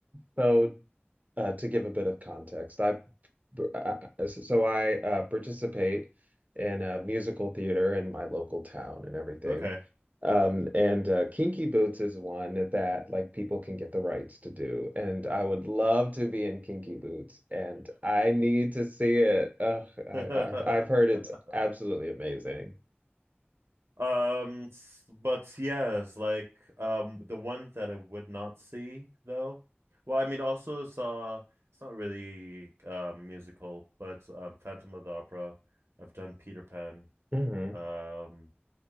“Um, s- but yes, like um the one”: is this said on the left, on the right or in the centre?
Right